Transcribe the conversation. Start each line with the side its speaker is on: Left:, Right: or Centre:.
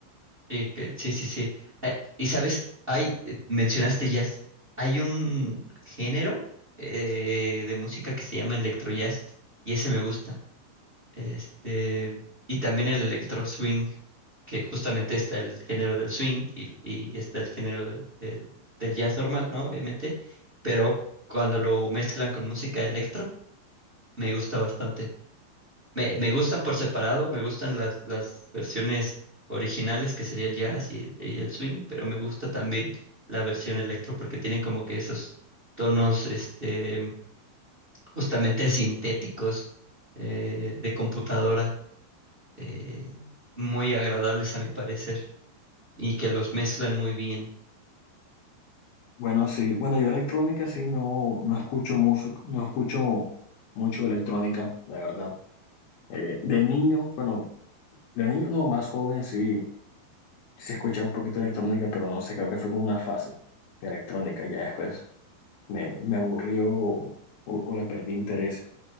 Right: Sí, que- sí, sí. sí. Eh, y sabes, hay, eh, mencionaste jazz. Hay un género eh, de música que se llama electro jazz y ese me gusta. Este, y también el electro swing, que justamente está el género del swing y, y está el género del, del del jazz normal, ¿no? Obviamente. Pero cuando lo mezclan con música electro, me gusta bastante. Me, me gustan por separado, me gustan las, las versiones originales, que sería el jazz y el, y el swing, pero me gusta también la versión electro porque tienen como que esos tonos, este, justamente sintéticos, eh, de computadora, eh, muy agradables a mi parecer, y que los mezclan muy bien.
Left: Bueno, sí, bueno, yo electrónica sí no, no escucho música, no escucho mucho electrónica, la verdad. Eh, de niño, bueno, de niño no, más joven sí se escuchaba un poquito de electrónica, pero no sé, creo que fue como una fase de electrónica. Ya después me, me aburrió o, o le perdí interés.